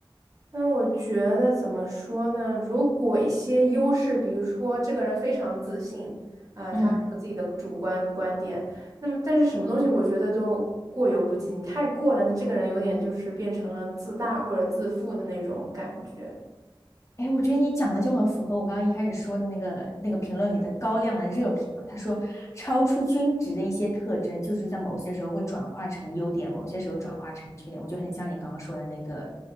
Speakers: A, on the right (about 40°); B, on the left (about 35°).
A: 那我觉得怎么说呢？如果一些优势，比如说这个人非常自信啊，
B: 嗯，
A: 他很有自己的主观观点，那么但是什么东西，我觉得都过犹不及。你太过了，那这个人有点就是变成了自大或者自负的那种感觉。
B: 哎，我觉得你讲的就很符合我刚刚一开始说的那个那个评论里的高亮的热评啊。他说，超出均值的一些特征，就是在某些时候会转化成优点，某些时候转化成缺点。我觉得很像你刚刚说的那个